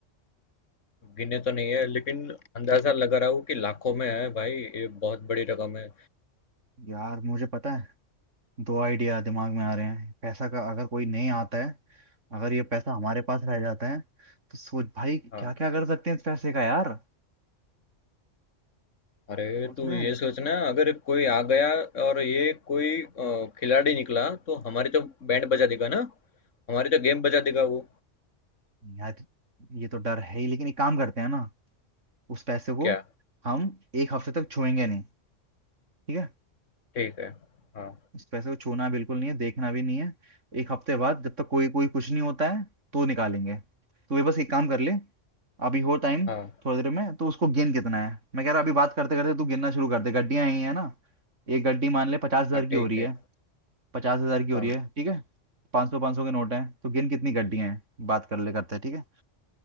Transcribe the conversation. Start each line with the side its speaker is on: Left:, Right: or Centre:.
Left: गिने तो नहीं है लेकिन अंदाजा लगा रहा हूँ कि लाखों में है भाई ये बहुत बड़ी रकम है
Right: यार मुझे पता है दो आइडिया दिमाग में आ रहे हैं पैसा का अगर कोई नहीं आता है अगर ये पैसा हमारे पास रह जाता है तो सोच भाई
Left: हाँ
Right: क्या क्या कर सकते हैं इस पैसे का यार
Left: अरे
Right: सोच
Left: तू
Right: रहे
Left: ये
Right: हैं
Left: सोचना अगर कोई आ गया और ये कोई अ, खिलाड़ी निकला तो हमारी तो बैंड बजा देगा ना हमारी तो गेम बजा देगा वो
Right: यार ये तो डर है ही लेकिन एक काम करते हैं ना उस पैसे को
Left: क्या
Right: हम एक हफ्ते तक छुएंगे नहीं ठीक है
Left: ठीक है हाँ
Right: इस पैसे को छूना बिल्कुल नहीं है देखना भी नहीं है एक हफ्ते बाद जब तक कोई कोई कुछ नहीं होता है तो निकालेंगे तो वे बस एक काम कर ले अभी हो टाइम
Left: हाँ
Right: थोड़ी देर में तो उसको गिन कितना है मैं कह रहा अभी बात करते करते तू गिनना शुरू कर दे गड्डियां आई है ना एक गड्डी मान ले पचास हजार
Left: हाँ ठीक
Right: की हो रही
Left: है
Right: है पचास हजार की हो
Left: हाँ
Right: रही है ठीक है पाँच सौ पाँच सौ के नोट हैं तो गिन कितनी गड्डियां हैं बात कर ले करते हैं ठीक है